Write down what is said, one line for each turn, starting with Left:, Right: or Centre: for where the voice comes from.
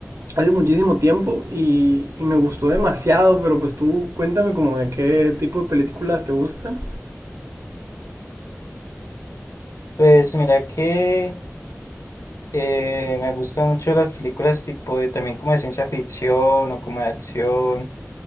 Right: hace muchísimo tiempo y, y me gustó demasiado, pero pues tú cuéntame como de qué tipo de películas te gustan.
Left: Pues mira que eh, me gustan mucho las películas tipo de también como de ciencia ficción o como de acción,